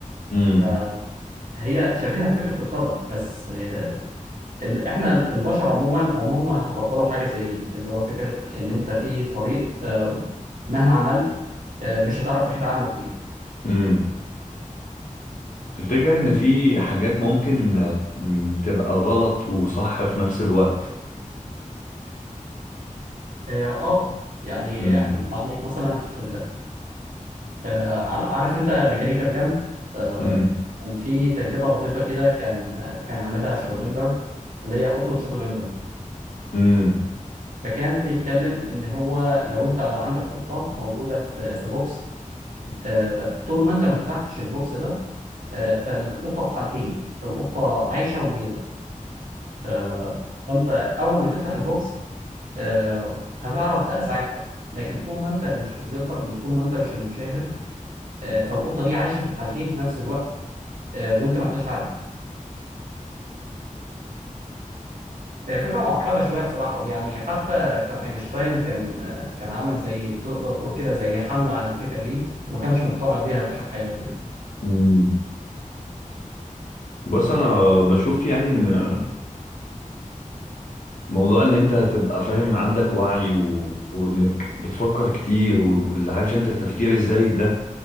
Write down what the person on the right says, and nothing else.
فهي شبيهه بفكره القدر بس آه، ال- احنا البشر عموما عمرهم ما هيتقبلوا حاجه زي دي اللي هو فكره ان انت في طريق آه، مهما عملت آه، مش هتعرف تحيد عنه كتير
اه آه، يعني
احنا انت عندك مثلا في آه على- عارف انت ميكانيكال كام آه
كان في تجربه لطيفه كده كان آه، كان عاملها شرودنجر اللي هي قطه شرودنجر
فكان بيتكلم ان هو لو انت عندك قطه موجوده في في بوكس آه طول ما انت ما فتحتش البوكس ده آه فالقطه في حالتين القطه عايشه وميته آه فانت اول ما تفتح البوكس آه هتعرف بقى ساعتها لكن طول ما انت مش اوبزرفر طول ما انت مش المشاهد آه، فالقطه دي عايشه في الحالتين في نفس الوقت آه، وانت ما انتش عارف هي فكره معقده شويه بصراحه يعني حتى كان اينشتاين كان آه، كان عمل زي تقدر تقول كده زي حمله على الفكره دي وما كانش مقتنع بيها لآخر حياته يعني